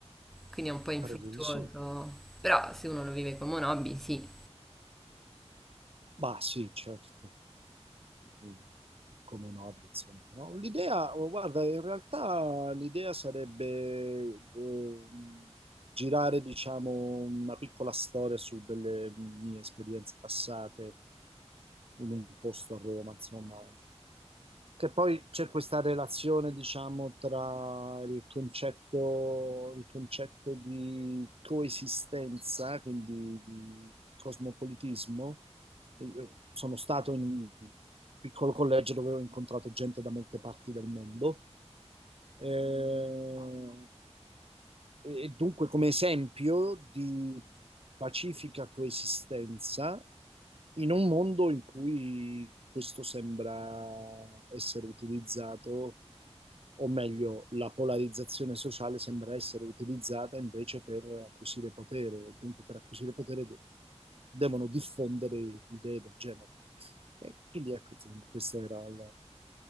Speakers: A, in the centre; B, on the right (about 55°).
A: quindi è un po' infruttuoso,
B: traduci?
A: però se uno lo vive come un hobby, sì,
B: Bah, sì, certo. Mm, Come no, insomma. no? L'idea, oh, guarda, in realtà l'idea sarebbe ehm, girare, diciamo, una piccola storia su delle mie esperienze passate in un posto a Roma, insomma, Che poi c'è questa relazione, diciamo, tra il concetto, il concetto di coesistenza, eh, quindi di cosmopolitismo. Io sono stato in un piccolo collegio dove ho incontrato gente da molte parti del mondo eh, e dunque come esempio di pacifica coesistenza in un mondo in cui questo sembra essere utilizzato, o meglio, la polarizzazione sociale sembra essere utilizzata invece per acquisire potere, dunque per acquisire potere de- devono diffondere idee del genere. E quindi ecco, insomma, questo era il